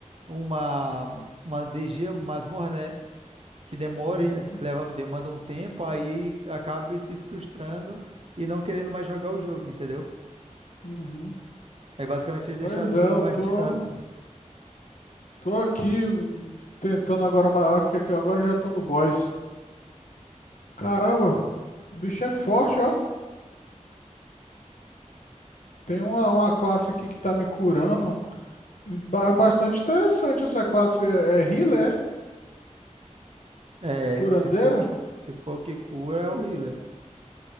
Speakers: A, on the right (about 50°); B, on the left (about 75°).
A: uma uma DG, uma masmorra, né? que demore,
B: uhum.
A: eh, leva, demanda um tempo, aí acabe se frustrando e não querendo mais jogar o jogo, entendeu?
B: uhum.
A: Aí basicamente eles deixaram
B: Pois
A: o jogo
B: é, eu
A: mais
B: tô,
A: dinâmico.
B: tô aqui tentando agora, uma- acho que aqui- agora eu já tô no boss. Caramba, o bicho é forte, ó. Tem uma, uma classe aqui que tá me curando. Ba- Bastante interessante essa classe, é, é healer, é?
A: É,
B: curandeira.
A: se for o que, se for o que cura é o healer,